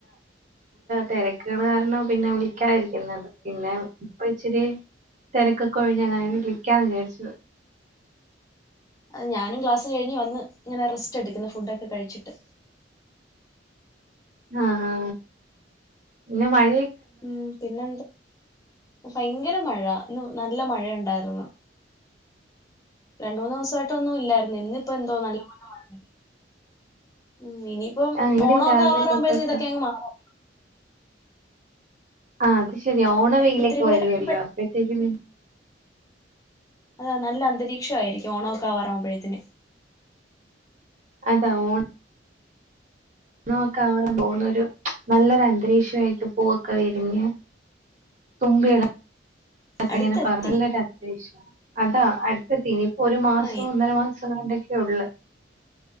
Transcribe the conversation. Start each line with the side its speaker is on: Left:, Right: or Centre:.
Right: തെരക്കേള് കാരണം പിന്നെ വിളിക്കാതിരിക്കുന്നത് പിന്നെ ഒ ഇച്ചിരി തിരക്കൊക്കെ ഒഴിഞ്ഞങ്ങനെെ ളിക്കാന്ന് വിചാരിചു
Left: അ ഞാനും ക്ലാസ്സ് കഴിഞ്ഞ് വന്ന് ഇങ്ങനെ റെസ്റ്റ് എടുക്കുന്ന് ഫുഡ് ഒക്കെ കഴിച്ചിട്ട്
Right: ആഹ് പിന്നെ മഴ
Left: ഉം പിന്നെ എന്താ ഭയങ്കര മഴ ഇന്ന് നല്ല മഴയുണ്ടായിരുന്നു രണ്ട് മൂന്ന് ദിവസമായിട്ട് ട്ടൊന്നും ഇല്ലായിരുന്നു ഇന്ന് ഇപ്പ എന്തോ നല്ല ആ <unintelligible> ഉം ഇനിയിപ്പം
Right: ആ ഇവിടെ
Left: ഓണൊക്കെ
Right: രാവിലെ
Left: ആവാറാവകുമ്പോഴ
Right: തൊട്ടൊക്കെ
Left: ഇതൊക്കെയങ്ങ് മാറു
Right: ആ അതെ <unintelligible> ശരി ഓണ
Left: എ,
Right: വെയിലൊക്കെ
Left: ഇത്തിരി കൂടെ
Right: വരുവല്ലോ
Left: കഴിയുമ്പഴ
Right: അപ്പോഴത്തേക്കും പി
Left: അതാ നല്ല അന്തരീക്ഷ ആയിരിക്കും ഓണ ഒക്കെ ആവാറകുമ്പോഴുത്തേന്
Right: അതാ ഓൺ ണഒക്കെ അവൻ പോവുന്ന ഒരു നല്ലൊരു അന്തരീക്ഷമായിട്ട് പൂവൊക്കെ വിരിഞ്ഞ് തുമ്പിട അതൊക്കെ
Left: അടുത്തെത്തി
Right: ഇങ്ങനെ പറഞ്ഞ നല്ലൊരു അന്തരീക്ഷ <unintelligible> അതാ അടുത്തെത്തി ഇനി ഒരു മാസം
Left: ആഹ്
Right: ഒന്നര മാസം രണ്ട <unintelligible> ക്ക ഒള്ള്